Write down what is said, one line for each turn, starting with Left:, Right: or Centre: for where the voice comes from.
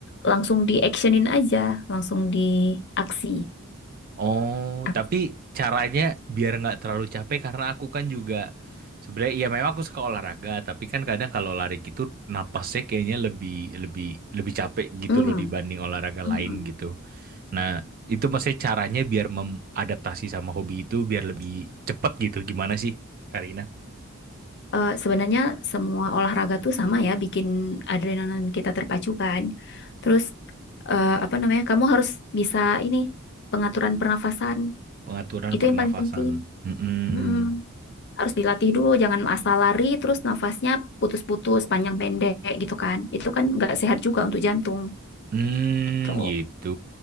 Left: langsung di actionin aja, langsung di aksi.
Right: Oh,
Left: Ak-
Right: tapi caranya biar nggak terlalu capek karena aku kan juga sebenarnya ya memang aku suka olahraga, tapi kan kadang kalau lari gitu napasnya kayaknya lebih lebih lebih capek gitu
Left: Hmm.
Right: loh dibanding olahraga
Left: Mm-mm.
Right: lain gitu. Nah, itu maksudnya caranya biar mengadaptasi sama hobi itu biar lebih cepet gitu. Gimana sih, Karina?
Left: Eh, sebenarnya semua olahraga tuh sama ya, bikin adrenalin kita terpacu kan. Terus eh, apa namanya? Kamu harus bisa ini pengaturan pernafasan
Right: Pengaturan
Left: itu
Right: pernafasan.
Left: yang paling penting.
Right: Mm-mm.
Left: Mm-mm. Harus dilatih dulu, jangan asal lari terus nafasnya putus-putus panjang pendek gitu kan. Itu kan nggak sehat juga untuk jantung
Right: Hmm,
Left: gitu.
Right: gitu.